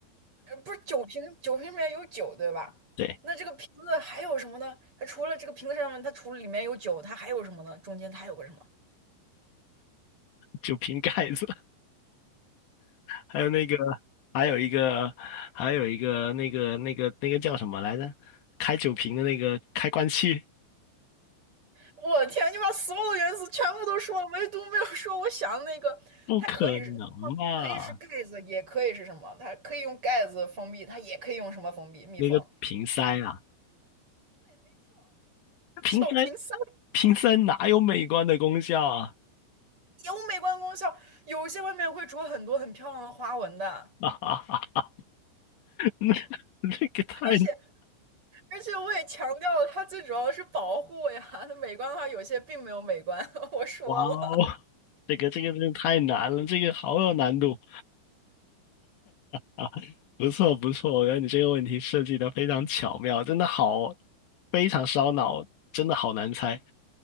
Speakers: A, on the right; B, on the left.
A: 呃不是酒瓶，酒瓶里面有酒，对吧？
B: 对，
A: 那这个瓶子还有什么呢？它除了这个瓶子上面，它除了里面有酒，它还有什么呢？中间它还有个什么？
B: 酒瓶盖子，还有那个，还有一个，还有一个那个那个那个叫什么来着？开酒瓶的那个开关器，
A: 我的天，你把所有的元素全部都说了，唯独没有说我想的那个，
B: 不可能吧？
A: 它可以是可以是盖子，也可以是什么？它可以用盖子封闭，它也可以用什么封闭？密封。
B: 那个瓶塞啊，瓶塞，
A: 就凭香
B: 瓶塞哪有美观的功效啊？
A: 有美观功效，有些外面会着很多很漂亮的花纹的，
B: <laughs> 哈哈哈，那那个太
A: 而且而且我也强调了，它最主要的是保护呀。它美观的话，有些并没有美观，<laughs> 我说了，
B: 哇哦，这个这个真的太难了，这个好有难度啊！不错不错，我觉得你这个问题设计的非常巧妙，真的好，非常烧脑，真的好难猜，